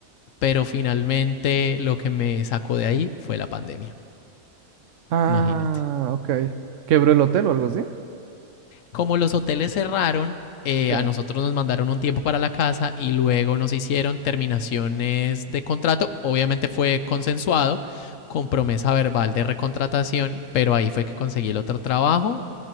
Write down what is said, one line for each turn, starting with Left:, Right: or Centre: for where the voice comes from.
Left: pero finalmente lo que me sacó de ahí fue la pandemia,
Right: Ah,
Left: imagínate.
Right: ok. ¿Quebró el hotel o algo así?
Left: Como los hoteles cerraron, eh,
Right: Sí.
Left: a nosotros nos mandaron un tiempo para la casa y luego nos hicieron terminaciones de contrato. Obviamente fue consensuado con promesa verbal de recontratación, pero ahí fue que conseguí el otro trabajo